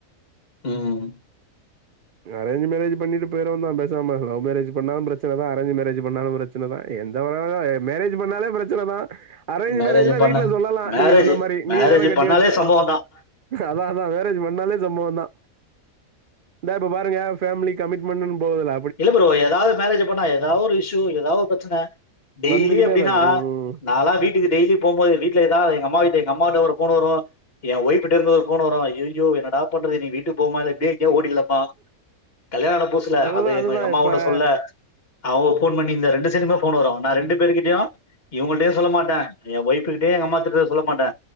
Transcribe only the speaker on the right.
இந்த அரேஞ் மேரேஜு பண்ணிட்டு போயிற வேண்டிதா பேசாம லவ் மேரேஜ் பண்ணாலும் பிரச்சனைதான் அரேஞ் மேரேஜ் பண்ணாலும் பிரச்ச சன தான் எந்த ஒரு மேரேஜ் பண்ணாலே பிரச்சனைதான் அரேஞ்ச்
மேரேஜ்னா
வீட்ல சொல்லலாம்
நீங்க சொன்ன மாதிரி
நீ தானே கட்டி
வச்சு
அதான் அதான் மேறேஜ் பண்ணாலே சம்பவம் தான் இந்தான் இப்ப பாருங்க ஃபேமிலி கமிட்மெண்ட்னு போதுல
வந்துகிட்டே
தான் இருக்கு ம்.
அதுதான்
அதுதான்
இப்ப